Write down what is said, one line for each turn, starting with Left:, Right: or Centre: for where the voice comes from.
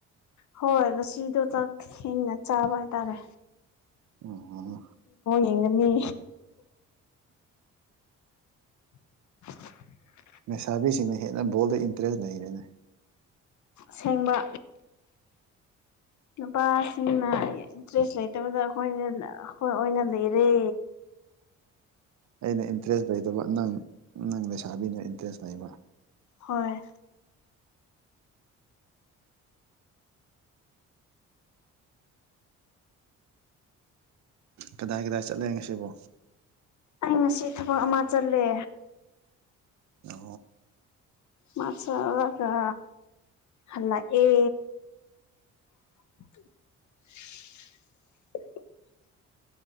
Left: ꯍꯣꯏ ꯉꯁꯤꯗꯣ ꯆꯥꯛ ꯊꯦꯡꯅ ꯆꯥꯕ ꯍꯥꯏꯇꯥꯔꯦ
Right: ꯑ
Left: ꯑꯦꯉꯅꯤ <unintelligible>
Right: ꯃꯁꯥꯕꯤꯁꯤꯡꯅ ꯍꯦꯟꯅ ꯣꯜꯗ ꯏꯟꯇꯔꯦꯁ ꯂꯩꯔꯦꯅꯦ
Left: ꯁꯦꯡꯕ ꯅꯨꯄꯥꯁꯤꯡꯅ ꯏꯟꯇꯔꯦꯁ ꯂꯩꯇꯕꯗ ꯑꯩꯈꯣꯏꯈ ꯑꯣꯏꯅ ꯂꯩꯔꯦ
Right: ꯑꯩꯅ ꯏꯟꯇꯔꯦꯁ ꯂꯩꯇꯕ ꯅꯪ ꯅꯪ ꯂꯩꯁꯥꯕꯤꯅ ꯏꯟꯇꯔꯦꯁ ꯂꯩꯕ
Left: ꯍꯣꯏ
Right: ꯀꯗꯥꯏ ꯀꯗꯥꯏ ꯆꯠꯂꯦ ꯉꯁꯤꯕꯣ
Left: ꯑꯩ ꯉꯁꯤ ꯊꯕꯛ ꯑꯃ ꯆꯠꯂꯦ
Right: ꯑ
Left: ꯃꯥꯁꯒ ꯑꯜꯂ ꯑꯦ <unintelligible>